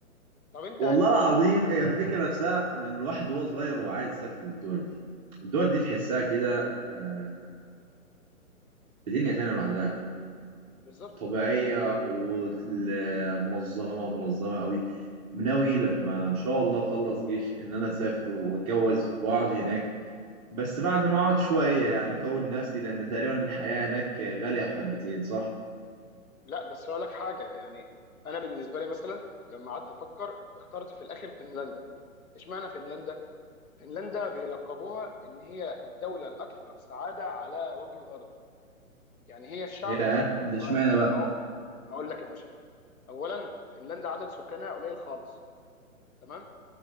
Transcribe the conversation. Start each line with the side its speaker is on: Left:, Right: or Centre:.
Left: طب انت
Right: والله العظيم
Left: يعني م-
Right: هي الفكرة نفسها من الواحد وهو صغير وهو عايز يسافر للدول دي الدول دي تحسها كده آه، في دنيا تانية لوحدها
Left: بالظبط
Right: طبيعية ومنظمة منظمة قوي ناوي لما إن شاء الله أخلص جيش إن أنا أسافر وأتجوز وأقعد هناك بس بعد ما أقعد شوية يعني أكون نفسي لأن تقريبا الحياة هناك غالية حبتين صح؟
Left: لا بس اقول لك حاجه يعني انا بالنسبه لي مثلا لما قعدت افكر اخترت في الاخر فنلندا اشمعنى فنلندا فنلندا بيلقبوها ان هي الدوله الاكثر سعاده على وجه الارض يعني هي الشعب
Right: ياه
Left: الاكثر
Right: ده
Left: سعاده
Right: اشمعنى بقى؟
Left: اه هقول لك يا باشا اولا فنلندا عدد سكانها قليل خالص تمام